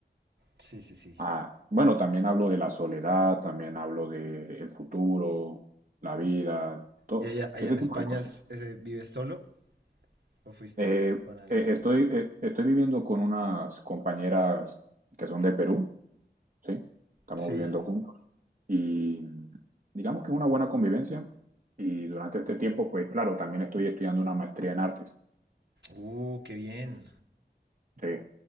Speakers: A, on the right; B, on the right.
A: Sí, sí, sí.
B: Ah, bueno, también hablo de la soledad, también hablo de el futuro, la vida, todo
A: ¿Y allá, allá
B: ese
A: en España
B: tipo de cosas.
A: es- ese, vives solo o fuiste
B: Eh,
A: con alguien?
B: eh, estoy, eh, estoy viviendo con unas compañeras que son de Perú. ¿sí? Estamos
A: Sí.
B: viviendo juntos y digamos que es una buena convivencia. Y durante este tiempo, pues claro, también estoy estudiando una maestría en artes.
A: Uh, qué bien.
B: Sí.